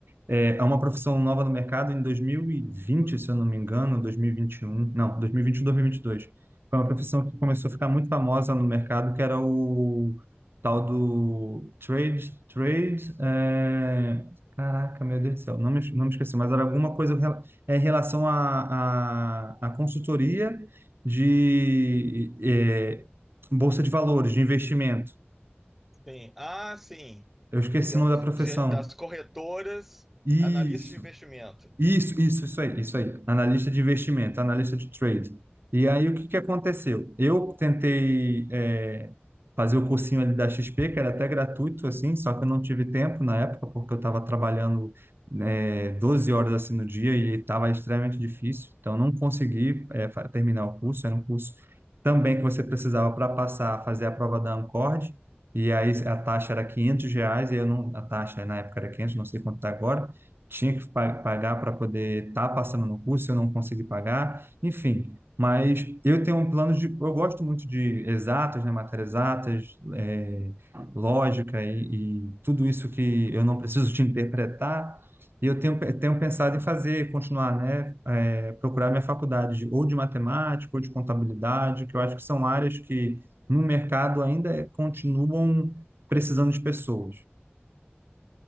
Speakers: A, on the right (about 60°); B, in the centre.
A: É é uma profissão nova no mercado em 2020, se eu não me engano, 2021, não, 2021, 2022. Foi uma profissão que começou a ficar muito famosa no mercado, que era o tal do trade, trade, é, caraca, meu Deus do céu, não me, não me esqueci, mas era alguma coisa rela- é, em relação à à- à consultoria de é, bolsa de valores, de investimento.
B: Sim. Ah, sim.
A: Eu esqueci o nome da profissão.
B: De- Das corretoras,
A: Isso.
B: analista de investimento.
A: Isso, isso, isso aí, isso aí. Analista de investimento, analista de trade. E aí, o que que aconteceu? Eu tentei eh, fazer o cursinho ali da XP, que era até gratuito, assim, só que eu não tive tempo na época, porque eu estava trabalhando né, 12 horas assim no dia e estava extremamente difícil. Então, eu não consegui eh, fa- terminar o curso. Era um curso também que você precisava para passar, fazer a prova da Ancord. E aí, a taxa era 500 reais, e eu não, a taxa na época era 500, não sei quanto está agora tinha que pa- pagar para poder estar passando no curso, eu não consegui pagar, enfim. Mas eu tenho um plano de. Eu gosto muito de exatas, né, matérias exatas, é, lógica e, e tudo isso que eu não preciso de interpretar. E eu tenho, tenho pensado em fazer, continuar, né, é, procurar minha faculdade de- ou de matemática ou de contabilidade, que eu acho que são áreas que no mercado ainda é- continuam precisando de pessoas,